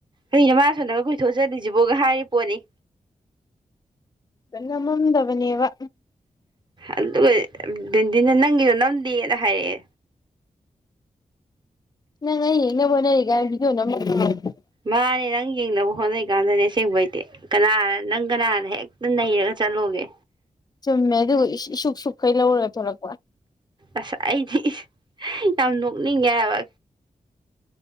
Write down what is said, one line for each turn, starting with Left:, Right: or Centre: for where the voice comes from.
Right: ꯀꯩꯅꫭ ꯃꯥ ꯑꯁꯣꯗꯒ ꯀꯣꯏꯊꯣꯛꯑꯒ ꯆꯠꯁꯤꯕꫭꯒ ꯍꯥꯏꯔꯤ ꯄꯣꯠꯅꯤ
Left: ꯅꯝꯃꯝꯗꯕꯅꯦꯕ
Right: ꯑꯗꯨꯒ ꯗꯤꯟ ꯗꯤꯟꯅ ꯅꯪꯒꯤꯗꫭ ꯅꯝꯗꯦꯅ ꯍꯥꯏꯔꯛꯑꯦ
Left: ꯅꯪ ꯑꯩ ꯌꯦꯡꯅꯕ ꯍꯣꯠꯅꯔꯤꯀꯥꯟ ꯚꯤꯗꯤꯌꯣ <unintelligible>
Right: ꯃꯥꯅꯦ ꯅꯪ ꯌꯦꯡꯅꯕ ꯍꯣꯠꯅꯩ ꯀꯥꯟꯗꯅꯦ ꯑꯁꯦꯡꯕꯩꯗꯤ ꯀꯅꯥ ꯅꯪ ꯀꯅꯥꯥꯟꯅ ꯍꯦꯛꯇ ꯅꯩꯔꯒ ꯆꯠꯂꯣꯒꯦ
Left: ꯆꯨꯝꯃꯦ ꯑꯗꯨꯒ ꯏꯁꯨꯛ ꯁꯨꯛꯈꯩ ꯂꯧꯔꯒ ꯊꯣꯛꯂꯛꯄ
Right: ꯑꯁ ꯑꯩꯗꯤ ꯌꯥꯝ ꯅꯣꯛꯅꯤꯡꯉꯦꯍꯥꯏꯕ